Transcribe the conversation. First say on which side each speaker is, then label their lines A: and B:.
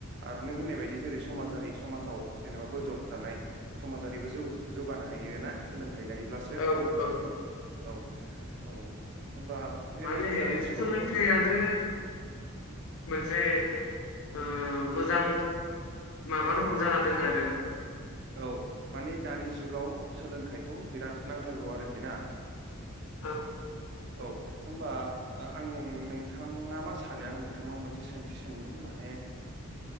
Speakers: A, on the right (about 55°); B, on the left (about 75°).
A: आरो नों होन्नायबादि जेरै समाजारि समाजाव जेन'बा बजबजानाय समाजारि बो जौगानो हायो ना सोलों थायलायोब्लासो
B: औ औ
A: औ औ होमबा बेबाय
B: माने
A: दानि जुगावथ'
B: सोलोंथाइयानो मोनसे उम मोजां माबा रोखोम जाना दङ आरो
A: औ माने दानि जुगाव सोलोंथाइखौ बिराद नांथारगौ आरोखि ना
B: औ
A: औ होनबा ओ आं नोंथाङा मा सानो आं नोंथांनाव मोनसे सोंथि सोंनि माने